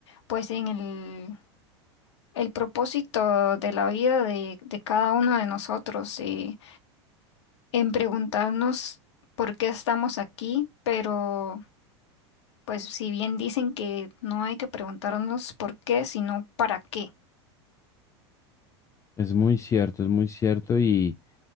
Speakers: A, on the left (about 85°); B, on the left (about 20°).
A: pues en el, el propósito de la vida de, de cada uno de nosotros. eh, en preguntarnos por qué estamos aquí, pero pues si bien dicen que no hay que preguntarnos por qué, sino para qué.
B: Es muy cierto, es muy cierto y...